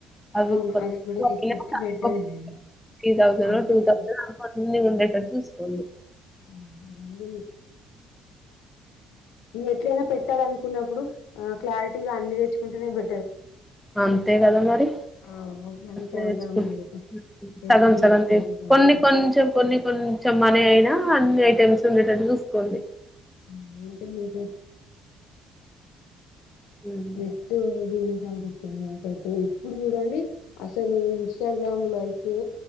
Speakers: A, in the centre; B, on the left.
A: అవి
B: అవును
A: కొత్త
B: కూడా
A: <unintelligible>
B: తీసుకొస్తే బెటరేనండి
A: త్రీ థౌసండ్
B: అది
A: టూ థౌసండ్ ఉండ క చూసుకోండి
B: <unintelligible> ఎట్లయినా పెట్టాలని కున్నప్పుడు ఆ క్లారిటీగా అన్ని తెచ్చుకుంటేనే బే
A: అంతే కదా మరి
B: ఆ మళ్ళీ సగం
A: నేర్చుకుంట
B: సగం ఎందుకు తెచ్చుకొని
A: సగం సగం
B: పెట్టుకుంటే బాగుంటుంది
A: కొన్ని కొంచెం కొన్ని కొంచెం మనీ అయినా అన్ని అయి <unintelligible> ఉండేటట్టు చూసుకోండి
B: <unintelligible>
A: హ్మ్
B: జస్ట్ ఇది ఇది కనిపిస్తుంది నాకైతే ఇప్పుడు చూడండి అసలు ఇన్స్టాగ్రామ్ లో అయితే